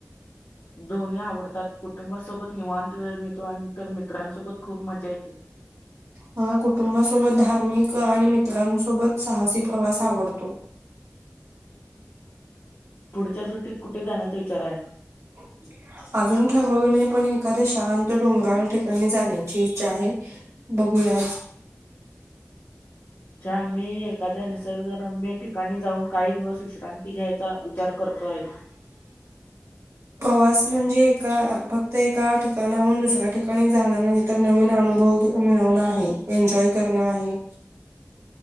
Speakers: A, on the left; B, on the right.
A: दोन्ही आवडतात कुटुंबासोबत निवांत वेळ मिळतो, आणि तर मित्रांसोबत खूप मजा येते.
B: मला कुटुंबासोबत धार्मिक आणि मित्रांसोबत साहसी प्रवास आवडतो.
A: पुढच्या सुटीत कुठे जाण्याचा विचार आहे.
B: <unintelligible> अजून ठरवलं नाही, पण एखाद्या शांत डोंगराळ ठिकाणी जाण्याची इच्छा आहे. बघूया आ
A: छान मी एखाद्या निसर्गरम्य ठिकाणी जाऊन काही दिवस विश्रांती घ्यायचा वि चार करतो आहे.
B: प्रवास म्हणजे एका फक्त एका ठिकाणाहून दुसऱ्या ठिकाणी जाणार नाही. तर नवीन अनुभव मिळवण आहे. एन्जॉय करणं आहे.